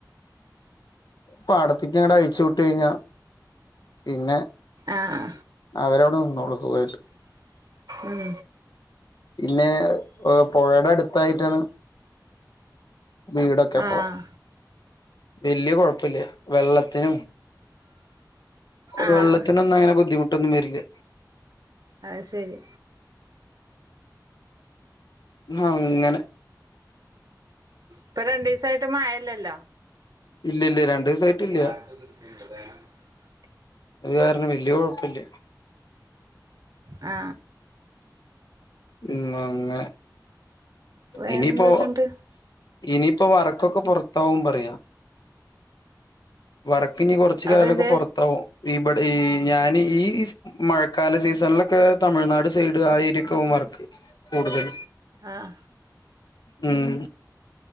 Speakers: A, on the left (about 70°); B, on the right (about 60°).
A: പാടത്തക്ക് ഇങ്ങടെ അയച്ചു വിട്ട കഴിഞ്ഞാ പിന്നെ
B: ആഹ
A: അവരോട് നിന്നോള്ളൂ സുഖു
B: ഉം
A: പിന്നെ പുഴയുടെ അടുത്തായിട്ടാണ് വീടൊക്കെപ്പോ
B: ആഹ്
A: വല്യ കൊഴപ്പില്ല വെള്ളത്തിനും
B: ആഹ്
A: വെള്ളത്തിനൊന്നും അങ്ങനെ ബുദ്ധിമുട്ടൊന്നും വരില്ല
B: അത് ശരി
A: ആഹ ഇങ്ങനെ
B: ഇപ്പൊ രണ്ടു ദിവസായിട്ട് മഴല്ലല്ലോ
A: ഇല്ല ഇല്ല രണ്ട് ദിവസായിട്ട് ഇല്ല
B: െ ആക്ക ദൃഷ്ടിണ്ട്ത <unintelligible>
A: അത് കാരണം വല്ിയ കുഴപ്പില്ല
B: ആ
A: ഉ അങ്ങ
B: വേറെന്തൊക്കെണ്ട്
A: ഇനിപ്പോ ഇനിയിപ്പോൊ വർക്കൊക്കെ പൊറത്താവും പറയാ വർ ഇനി കുറച്ച
B: അതെന്തേ
A: കാലൊക്കെ പൊറത്താവും ഇവിടെ ഈ ഞാൻ ഈ മഴക്കാല സീസണിലൊക്കെ തമിഴ്നാട് സൈഡ് ആ ഏരിയൊക്കെ വർ കൂടുതൽ
B: ആഹ
A: ഉം